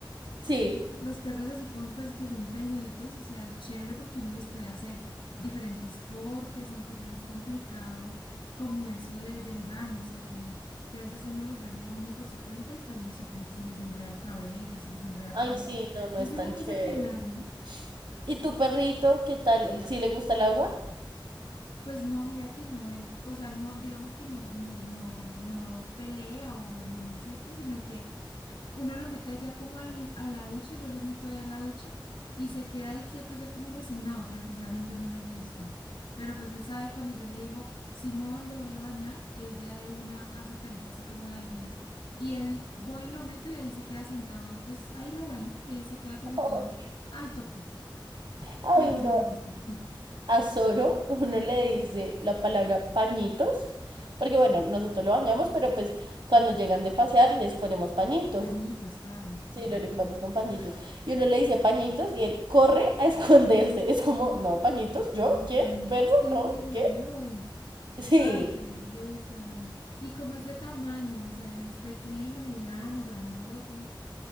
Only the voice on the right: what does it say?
Sí.
Ay,
sí, no, no
es
tan
chévere.
¿Y tu perrito, qué tal? ¿Sí le gusta el agua?
<laughs>
Ay,
no.
A Zoro uno le dice la palabra pañitos, porque bueno, nosotros lo bañamos, pero pues cuando llegan de pasear les ponemos pañitos.
Sí, lo limpiamos con pañitos. Y uno le dice pañitos y él corre a esconderse. Es como, no, pañitos, ¿yo?
¿Quién?
¿Perro?
¿No?
¿Qué?
Sí.